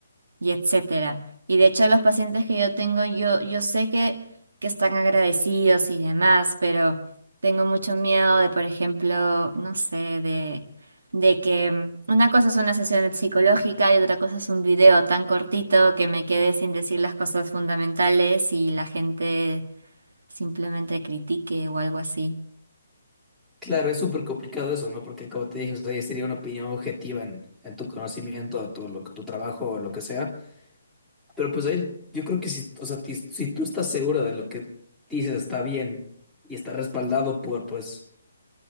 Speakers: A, on the right; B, in the centre.
A: y etcétera. Y de hecho, los pacientes que yo tengo, yo, yo sé que, que están agradecidos y demás, pero tengo mucho miedo de, por ejemplo, no sé, de, de que mm, una cosa es una sesión psicológica y otra cosa es un video tan cortito que me quede sin decir las cosas fundamentales y la gente simplemente critique o algo así.
B: Claro, es súper complicado eso, ¿no? Porque como te dije, o sea, ya sería una opinión objetiva en, en tu conocimiento, tu, lo, tu trabajo o lo que sea. Pero pues ahí, yo creo que si, o sea, ti- si tú estás segura de lo que dices está bien y está respaldado por, pues,